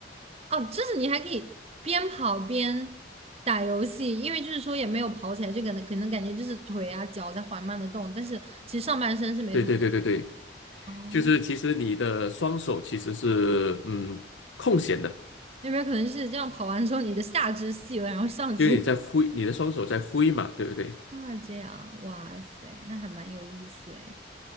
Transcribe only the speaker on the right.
哦，就是你还可以边跑边打游戏，因为就是说也没有跑起来，就可能可能感觉就是腿啊脚在缓慢的动，但是其实上半身是没怎么。
哦，
那边可能是这样跑完之后，你的下肢细了，然后上肢
啊，这样，哇塞，那还蛮有意思哎。